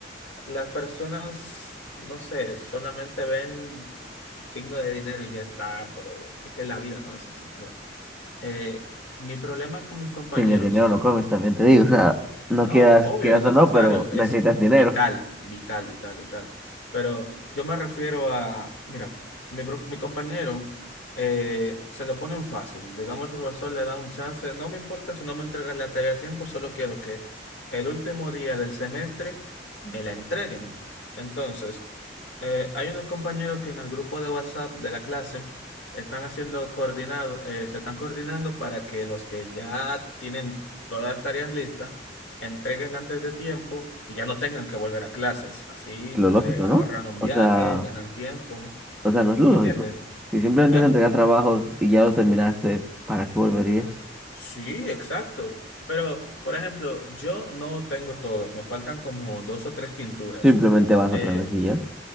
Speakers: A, on the left (about 75°); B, in the centre.
A: Las personas, no sé, solamente ven signo de dinero y ya está, pero es que la vida no es así. Mira, eh, mi problema con mis compañeros
B: Sin el dinero no comes, también te digo. O sea, no
A: no,
B: quieras,
A: obvio,
B: quieras
A: es necesario,
B: o no, pero necesitas
A: es
B: dinero.
A: vital, vital, vital, vital. Pero yo me refiero a, mira, mi, pro- mi compañero eh, se lo ponen fácil. Digamos, el profesor le da un chance, no me importa si no me entregas la tarea a tiempo, solo quiero que el último día del semestre me la entreguen. Entonces, eh, hay unos compañeros que en el grupo de WhatsApp de la clase están haciendo coordinado, eh, se están coordinando para que los que ya tienen todas las tareas listas, entreguen antes de tiempo y ya no tengan que volver a clases. Así
B: Lo lógico,
A: se ahorran
B: ¿no?
A: un
B: O
A: viaje,
B: sea,
A: ganan tiempo.
B: o sea, no es lo
A: ¿Me
B: lógico.
A: entiendes?
B: Si simplemente
A: ¿Eh?
B: se entregan trabajos y ya los terminaste, ¿para qué volverías?
A: Sí, exacto. Pero, por ejemplo, yo no tengo todos, me faltan como dos o tres pinturas.
B: Simplemente vas
A: Eh,
B: otra vez y ya.